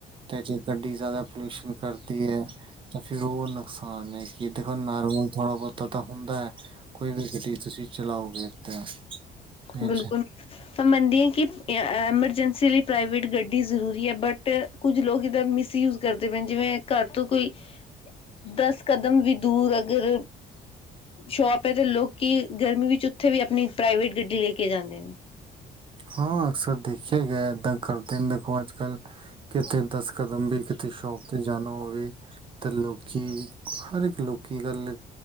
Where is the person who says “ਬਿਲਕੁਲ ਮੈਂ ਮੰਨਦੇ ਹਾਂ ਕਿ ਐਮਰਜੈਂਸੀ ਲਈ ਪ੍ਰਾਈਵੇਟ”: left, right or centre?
Left